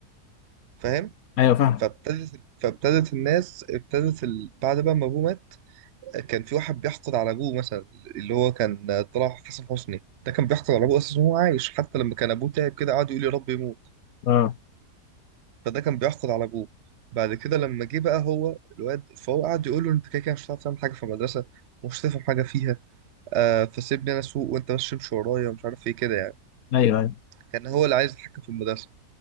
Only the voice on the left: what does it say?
ايوه فاهم
اه
ايوه ايوه